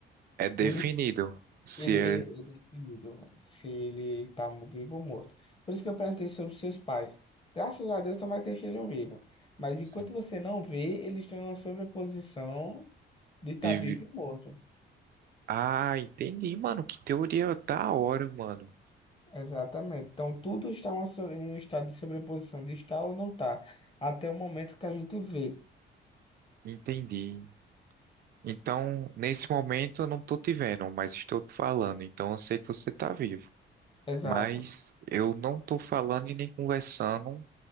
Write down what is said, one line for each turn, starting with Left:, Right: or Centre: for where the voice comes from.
Right: É definido.
Left: ele
Right: Se
Left: Ele,
Right: é.
Left: ele é definido se ele está mo- vivo ou morto. Por isso que eu perguntei sobre seus pais. Graças a Deus, tomara que eles estejam vivos. Mas
Right: se
Left: enquanto você não vê, eles estão em uma sobreposição de estar
Right: deve-
Left: vivo e morto.
Right: Ah, entendi, mano. Que teoria da hora, mano.
Left: Exatamente. Então, tudo está uma so- em um estado de sobreposição, de estar ou não estar, até o momento que a gente vê.
Right: Entendi. Então, nesse momento eu não tô te vendo, mas estou te falando. Então eu sei que você tá vivo.
Left: Exato.
Right: Mas eu não tô falando e nem conversando